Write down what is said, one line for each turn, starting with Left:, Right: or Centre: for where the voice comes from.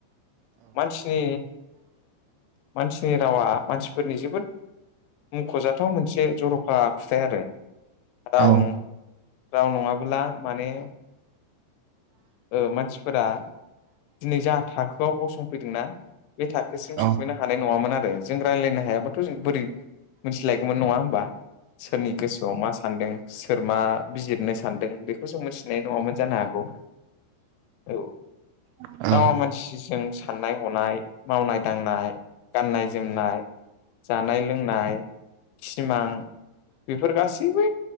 Left: मानसि मानसिनि रावा मानसिफोरनि जोबोद मख'जाथाव मोनसे जर'खा आखुथाय आरो। राव
Right: औ
Left: राव नङाबोला माने ओ मानसिफोरा दिनै जा थाखोआव गसंफैदोंना बे थाखोसिम
Right: औ
Left: संफैनो हानाय नंङामोन आरो। जों रायज्लायनो हायाबाथ' जों बोरै मोनथिलायगौमोन नंङा होमबा? सोरनि गोसोआव मा सानदों सोर मा बिजिरनो सान्दों बेखौ जों मिथिनाय नंङामोन। जानो हागौ औ।
Right: औ
Left: रावा मानसिजों साननाय-हनाय, मावनाय-दांनाय। गाननाय जोमनाय जानाय लोंनाय सिमां बेफोर गासैबो